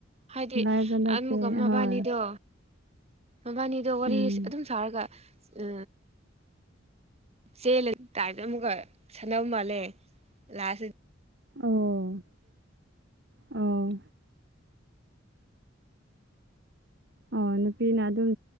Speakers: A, on the right; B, on the right.
A: ꯍꯥꯏꯗꯤ
B: ꯂꯥꯏꯕ ꯅꯠꯇꯦ
A: ꯑꯃꯨꯀ ꯃꯕꯥꯅꯤꯗꯣ
B: ꯍꯣꯏ
A: ꯃꯕꯥꯅꯤꯗꯣ ꯋꯥꯔꯤ
B: ꯎꯝ
A: ꯑꯗꯨꯝ ꯁꯥꯔꯒ ꯎ ꯆꯦꯜꯂꯦ ꯇꯥꯏꯝꯗ ꯑꯃꯨꯛꯀ ꯁꯥꯟꯅꯕꯧ ꯃꯥꯜꯂꯦ ꯂꯥꯁꯁꯤ
B: ꯑꯣ ꯑꯣ ꯑꯣ ꯅꯨꯄꯤꯅ ꯑꯗꯨꯝ